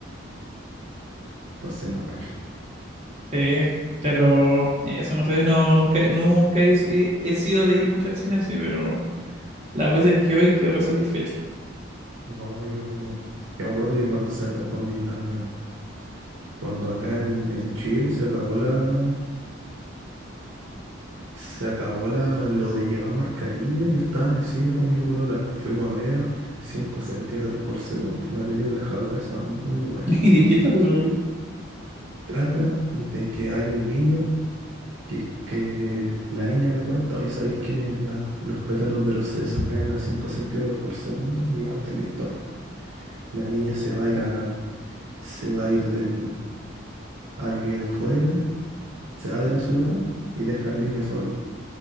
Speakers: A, on the right (about 75°); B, on the right (about 35°).
A: entonces no cacho.
B: Sí, pero eso no sé, no, nunca, nunca he, si- he sido de ir mucho al cine, sí, pero las veces que hoy quedo re satisfecho.
A: No, yo, yo me acuerdo que cuando se acabó, cuando la, cuando acá en, en Chile se acabó la, Se acabó la, lo de llevar mascarilla. Yo estaba en el cine con mi polola. Fuimos a ver cinco centímetros por segundo, una película japonesa muy buena.
B: <laughs> ¿Y de qué trata esa película?
A: Trata de que hay un niño que, que la niña le cuenta, oye, ¿sabéis que la- los pétalos de los cerezos caen a cinco centímetros por segundo? Y cuenta la historia. La niña se va a ir a, se va a ir del, a vivir afuera, se va de la ciudad y deja al niño solo.